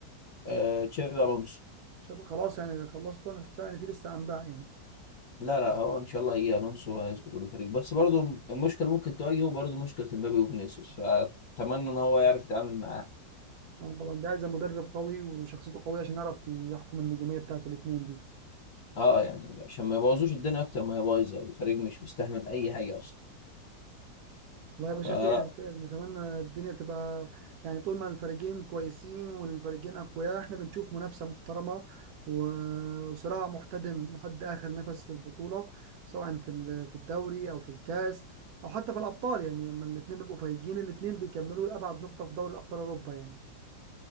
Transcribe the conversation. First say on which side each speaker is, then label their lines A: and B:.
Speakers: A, on the left; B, on the right.
A: آه تشافي الونسو
B: شاب- خلاص يعني خلصت انا كنت سامع ان في لسه انباء يعني
A: لا لا هو ان شاء الله هيجي الونسو وهيظبط الفريق بس برضه المشكله اللي ممكن تواجهه برضه مشكله مبابي وفينيسيوس فاتمنى ان هو يعرف يتعامل معاها
B: أنا طبعا ده عايز مدرب قوي وشخصيته قوية عشان يعرف يحكم النجومية بتاعت الاثنين دي
A: اه يعني عشان ما يبوظوش الدنيا اكتر ما هي بايظه الفريق مش مستحمل اي حاجه اصلا
B: والله يا باشا
A: فلا
B: خير خير نتمنى الدنيا تبقى يعني طول ما الفريقين كويسين والفريقين أقوياء احنا بنشوف منافسة محترمة و- وصراع محتدم لحد آخر نفس في البطولة سواء في ال- في الدوري أو في الكاس أو حتى في الأبطال يعني لما الاتنين بيبقوا فايقين الاتنين بيكملوا لأبعد نقطة في دوري أبطال أوروبا يعني